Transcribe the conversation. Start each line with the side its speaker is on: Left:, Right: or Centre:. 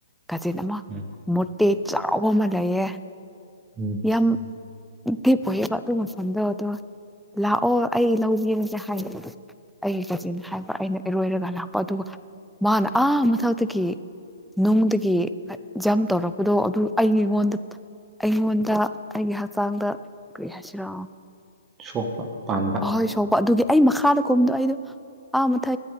Centre: ꯀꯥꯖꯤꯟ ꯑꯃ
Right: ꯎꯝ
Centre: ꯃꯨꯔꯇꯦ ꯆꯥꯎꯕ ꯑꯃ ꯂꯩꯌꯦ
Right: ꯎꯝ
Centre: ꯌꯥꯝ ꯗꯤꯞ ꯑꯣꯏꯑꯦꯕ ꯑꯗꯨ ꯃꯐꯝꯗ ꯑꯗꯣ ꯂꯥꯛꯑꯣ ꯑꯩ ꯂꯧꯒꯦ <unintelligible> ꯑꯩꯒꯤ ꯀꯖꯤꯟ ꯍꯥꯏꯕ ꯑꯩꯅ ꯏꯔꯣꯏꯔꯒ ꯂꯥꯛꯄ ꯑꯗꯨꯒ ꯃꯥꯅ ꯑꯥ ꯃꯊꯛꯇꯒꯤ ꯅꯨꯡꯗꯒꯤ ꯗꯝ ꯇꯧꯔꯛꯄꯗꯣ ꯑꯗꯨ ꯑꯩꯉꯣꯟꯗ ꯑꯩꯉꯣꯟꯗ ꯗ ꯑꯩꯒꯤ ꯍꯛꯆꯥꯡꯗ ꯀꯔꯤ ꯍꯥꯏꯁꯤꯔꯣ
Right: ꯁꯣꯛꯄ ꯄꯥꯟꯕ
Centre: ꯍꯣꯏ ꯁꯣꯛꯄ ꯑꯗꯨꯒꯤ ꯑꯩ ꯃꯈꯥꯗ ꯀꯨꯝꯕꯗꯣ ꯑꯩꯗꯣ ꯑꯥ ꯃꯊ